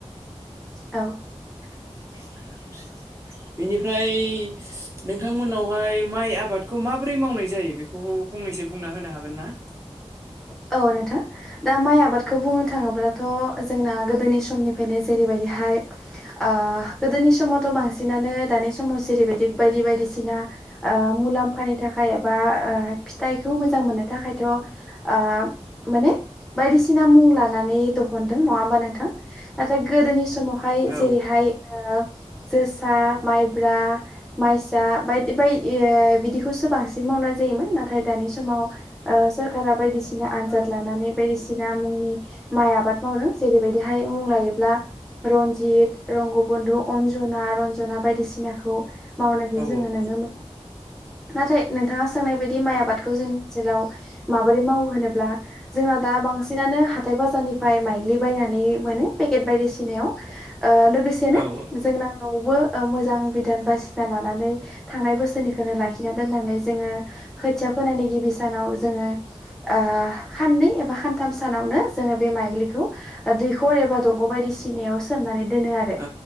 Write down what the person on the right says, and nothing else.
<unintelligible> बेनिफ्राय नोंथांमोननावहाय माइ आबादखौ माबोरै मावनाय जायो बेखौ फं फंनैसो बुंना होनो हागोन ना?
औ
औ
औ औ औ
औ